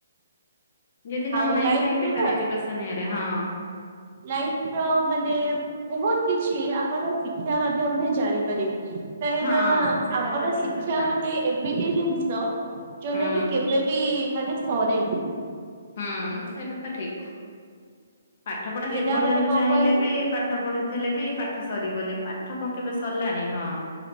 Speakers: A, on the left (about 40°); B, on the right (about 40°).
A: ଯଦି ନ
B: ଆଉ
A: ନାଇଁ
B: ଲାଇଫରେ
A: କାଇ ବେକାର ଏଜୁକେସନ ଇଏରେ ହଁ।
B: ଲାଇଫର ମାନେ ବହୁତ କିଛି ଆପଣ ଶିକ୍ଷା ମାଧ୍ୟମରେ ଜାଣିପାରିବେ। କାହିଁକି
A: ହଁ
B: ନା
A: ହଁ ସେଇଟା
B: ଆମର
A: ତ ଠିକ
B: ଶିକ୍ଷା
A: କଥା
B: ଗୋଟେ ଏମିତି ଜିନିଷ ଯୋଉଟା
A: ହୁଁ
B: କି କେବେ ବିି ମାନେ ସରେନି
A: ହୁଁ ସେଇଟା ତ ଠିକ। ପାଠ ପଢା ଯେ
B: ଏଇଟା
A: ପର୍ଯ୍ୟନ୍ତ
B: ମାନେ କଣ
A: ଚାହିଁଲେ
B: କହିଲେ
A: ବି ପାଠ ପଢିଥିଲେ ବି ପାଠ ସରିବନି ପାଠ କଣ କେବେ ସରିଲାଣି ହଁ।